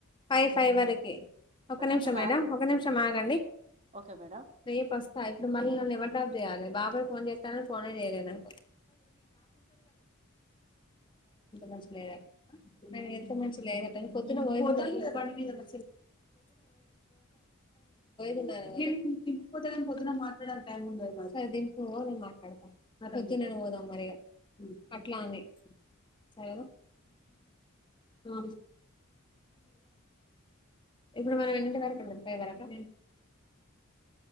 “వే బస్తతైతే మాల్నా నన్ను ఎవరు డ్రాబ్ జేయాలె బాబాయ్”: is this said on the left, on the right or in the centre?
Left